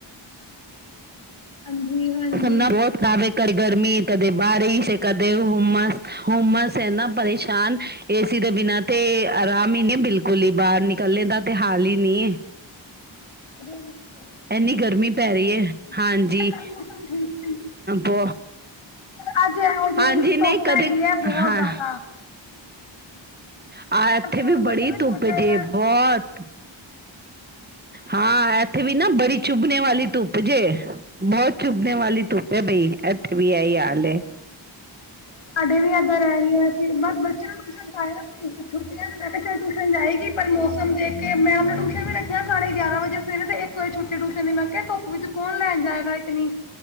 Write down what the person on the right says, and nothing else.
ਸਮ ਬਹੁਤ ਖਬ ਕਰ ਗਰਮੀ ਕਦੇ ਬਾਰਿਸ਼ ਕਦੇ ਹੁਮਸ ਹੁਮਸ ਹੈ ਨਾ ਪਰੇਸ਼ਾਨ ਏਸੀ ਦੇ ਬਿਨਾ ਤੇ ਆਰਾਮ ਹੀ ਨਹੀਂ ਬਿਲਕੁਲ ਹੀ ਬਾਹਰ ਨਿਕਲਣੇ ਦਾ ਤੇ ਹਾਲ ਹੀ ਨੀ
ਇੰਨੀ ਗਰਮੀ
ਪੈ
ਰਹੀ ਹੈ ਹਾਂਜੀ
ਬ
ਹਾਂਜੀ ਨਹੀਂ
ਕਦੇ
ਹਾਂ
ਆ ਇੱਥੇ
ਵੀ
ਬੜੀ
ਧੁੱਪ
ਜੇ ਬਹੁਤ
ਹਾਂ ਇੱਥੇ ਵੀ ਨਾ ਬੜੀ ਚੁਭਣੇ ਵਾਲੀ ਧੁੱਪ ਜੇ ਬਹੁਤ ਚੁੱਭੇ ਵਾਲੀ ਧੁੱਪ ਹੈ ਬਈ ਅੱਥ
ਵੀ ਆਈ ਆਾਲ